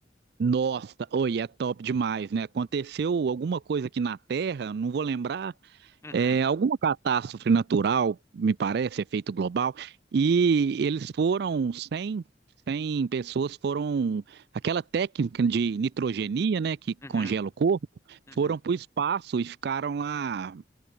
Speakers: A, on the right; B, on the left.
A: Nossa, oi, é top demais, né? Aconteceu alguma coisa aqui na Terra, não vou lembrar,
B: Uhum,
A: é, alguma catástrofe natural, me parece, efeito global, e eles foram 100, 100 pessoas foram, aquela técnica de nitrogenia, né, que
B: uhum,
A: congela o corpo,
B: uhum.
A: foram para o espaço e ficaram lá